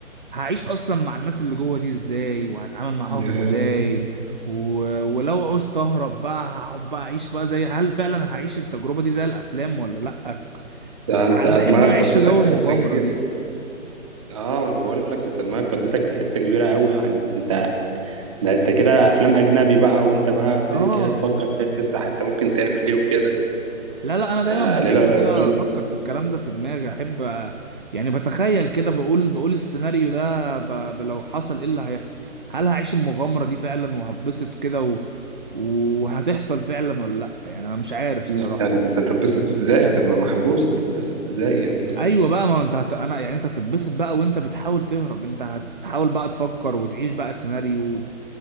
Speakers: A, on the right; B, on the right.
A: هعيش اصلا مع الناس اللي جوه دي ازاي وهتعامل معاهم
B: ده
A: ازاي و... ولو عوزت اهرب بقى هقعد بقى اعيش بقى زي هل فعلا هعيش التجربة دي زي الافلام ولا لا
B: ده
A: بح-
B: انت
A: بحب
B: دماغك
A: انا اعيش
B: ودتك
A: في جو المغامرة
B: في حته كبيره
A: دي
B: اه ما انا بقول لك انت دماغك ودتك في حته كبيره قوي يعني ده انت ده انت كده افلام اجنبي بقى وانت بقى ابتديت
A: اه
B: كده تفكر كده تسرح انت ممكن تعمل ايه وكده
A: لا لا انا دايما
B: ده
A: بحب
B: ليله لذيذه
A: كده افكر في الكلام ده في دماغي احب أ- يعني بتخيل كده بقول بقول السيناريو ده ب... ب- لو حصل ايه اللي هيحصل هل هعيش المغامرة دي فعلا وهتبسط كده و... وهتحصل فعلا ولا لا يعني انا مش عارف الصراحة
B: يعني انت هتتبسط ازاي هتبقى محبوس هتتبسط ازاي يعني
A: ايوه بقى ما هو انت هت... انا يعني انت هتتبسط بقى وانت بتحاول تهرب انت هتحاول بقى تفكر وتعيش بقى سيناريو وت-